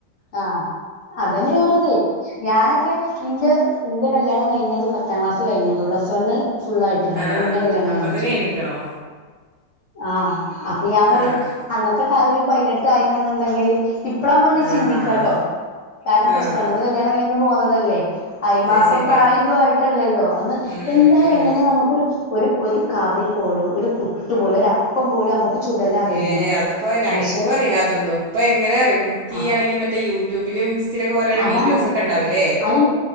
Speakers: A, on the left; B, on the right.
A: ആഹ് അതെന്നെയ പറഞ്ഞത് ഞാനൊക്കെ ഇന്റെ എന്റെ കല്യാണം കഴിഞ്ഞത് പത്താം ക്ലാസ് കഴിഞ്ഞപ്പോ പ്ലസ് വണ് ഫുള്ളായ്ട്ടില്ല എയ്ന്റെ
B: ആഹ്
A: മുനെ കല്യാണം
B: അപ്പത്തിന്
A: കയ്ഞ്ഞിട്ട്ണ്ട്
B: എണീക്കണോ?
A: ആ അപ്പൊ ഞാൻ പറയും
B: ആഹ്
A: അന്നത്തെ കാലം ഈ പയ്നെട്ട് ആയിന്ന് ന്ന്ണ്ടെങ്കില് ഇ ഇപ്പള നമ്മളിങ്ങനെ
B: ആഹ്
A: ചിന്തിക്കാട്ടോ കാരണം പ്ലസ്
B: ആഹ്
A: വണ്ണന്ന്കല്യാണം കയ്ഞ്ഞ് പോന്നതല്ലേ അയ്
B: അത്
A: മാത്രം
B: ശരിയാ.
A: പ്രായം ഇതു ആയിട്ടല്ലല്ലോ അന്ന്
B: ഉം
A: എന്താ
B: ഉം
A: എങ്ങനെയ നമുക്കൊരു ഒരു ഒരു കറി പോലും ഒരു പുട്ട് പോലും ഒരു അപ്പം പോലും നമുക്ക് ചുടല അറിയില്ല
B: ഏഹ് അതിപ്പോ ന
A: പക്ഷെ
B: ഇൻക്കു അറിയില്ല അതൊന്നും ഇപ്പൊ എങ്ങനെ അറിയ കുക്ക്യ്യാണെങ്കി
A: ആ
B: മറ്റേ യൂട്യൂബിലും ഇതിലൊക്കെ ഓരോരോ
A: അതാണ്
B: വീഡിയോസ് ഒക്കെ ഉണ്ടാവുംല്ലേ
A: അയിന്